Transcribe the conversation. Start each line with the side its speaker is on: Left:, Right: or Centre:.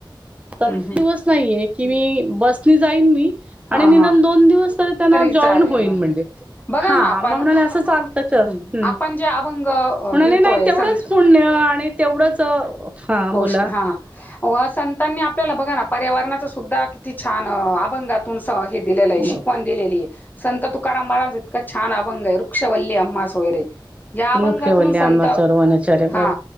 Right: दिवस
Left: हं, हं.
Right: नाहीये की मी बस जाईन मी
Left: हां,
Right: आणि निदान
Left: हां.
Right: दोन दिवस तरी त्यांना
Left: चालेल
Right: जॉईन होईन
Left: मला.
Right: म्हणजे.
Left: बघा
Right: हा
Left: ना आपण
Right: म म्हणाले असं चालतं का?
Left: हं,
Right: हम्
Left: आपण जे अभंग अ,
Right: म्हणाले
Left: घेतोय
Right: नाय तेवढंच
Left: संत
Right: पुण्य आणि तेवढंच हा
Left: गोष्ट
Right: बोला
Left: हा संतांनी आपल्याला बघा ना पर्यावरणाच सुद्धा की ती छान अभंगातून स हे दिलेलं
Right: हम्म
Left: हाय शिकव. दिलेली ए संत तुकाराम महाराज इतका छान अभंग आय वृक्षवल्ले आम्हा सोयरे. या अभंगातून
Right: लोके बोलले आम्हा
Left: संत
Right: सर्वनाचार्य बर
Left: हा